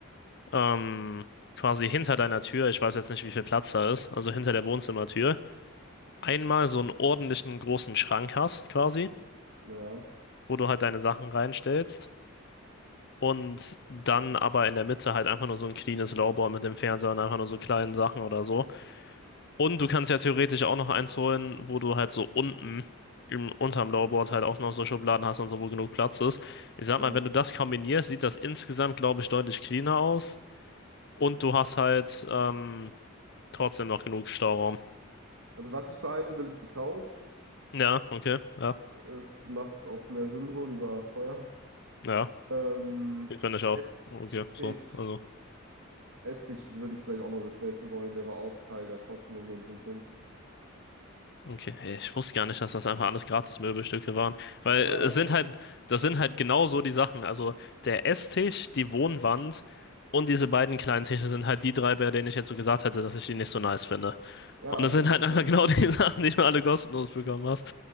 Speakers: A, on the left (about 55°); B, on the right (about 75°).
A: ähm, quasi hinter deiner Tür, ich weiß jetzt nicht, wie viel Platz da ist, also hinter der Wohnzimmertür, einmal so einen ordentlichen großen Schrank hast, quasi,
B: Naja,
A: wo du halt deine Sachen reinstellst. Und dann aber in der Mitte halt einfach nur so ein cleanes Lowboy mit dem Fernseher und einfach nur so kleinen Sachen oder so. Und du kannst ja theoretisch auch noch eins holen, wo du halt so unten im, unterm Lowerboard halt auch noch so Schubladen hast und so, wo genug Platz ist. Ich sag
B: ja.
A: mal, wenn du das kombinierst, sieht das insgesamt, glaube ich, deutlich cleaner aus. Und du hast halt ähm, trotzdem noch genug Stauraum.
B: Also was ich behalten will, ist die Couch.
A: Ja, okay, ja,
B: Es macht auch mehr Sinn so, die war teuer.
A: ja.
B: Ähm,
A: Ich finde ich auch.
B: Esstisch
A: Okay, so, also.
B: Essig würde ich vielleicht auch noch replacen wollen. Der war auch Teil der kostenlosen Entrümpelung.
A: Okay, hey, ich wusste gar nicht, dass das einfach alles Gratis-Möbelstücke waren. Weil
B: Ja,
A: es
B: alles
A: sind
B: kostenlos.
A: halt, das sind halt genau so die Sachen. Also der Esstisch, die Wohnwand und diese beiden kleinen Tische sind halt die drei, bei denen ich jetzt so gesagt hätte, dass ich die nicht so nice finde.
B: Ja,
A: Und das
B: alles
A: sind
B: kostenlos.
A: halt einfach genau die <laughs> Sachen, die du alle kostenlos bekommen hast.